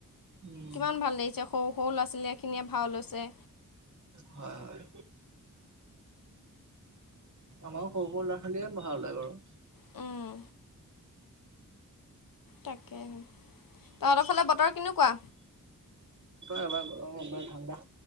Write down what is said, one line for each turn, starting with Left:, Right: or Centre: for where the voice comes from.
Right: উম
Left: কিমান ভাল লাগিছে সৰু সৰু ল'ৰা ছোৱালীয়ে খিনিয়ে ভাও লৈছে।
Right: হয়, হয়। আমাৰ সৰু সৰু ল'ৰা ছোৱালীয়েে ভাও লয় বাৰু।
Left: উম। তাকেই তহতৰ ফালে বতৰ কেনেকুৱা?
Right: এবাৰ গৰম এবাৰ ঠাণ্ডা